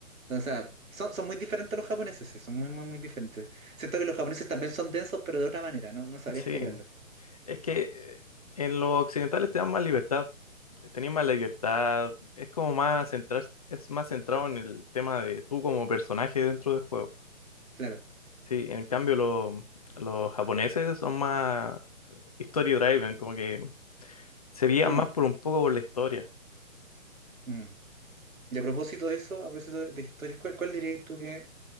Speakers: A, on the right; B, on the left.
A: O sea, son, son muy diferentes los japoneses, sí, son muy, muy, muy diferentes. Siento que los japoneses también son densos, pero de otra manera, no, no sabría
B: Sí,
A: explicarlo.
B: Es que eh, en los occidentales te dan más libertad, tenías más libertad, es como más centrar, es más centrado en el tema de tú como personaje dentro del juego.
A: Claro.
B: Sí, en cambio lo- los japoneses son más story driven, como que se guían
A: Mm,
B: más por un poco por la historia.
A: mm. Y a propósito de eso, a propósito de, de historias, ¿cuál, cuál dirías tú que es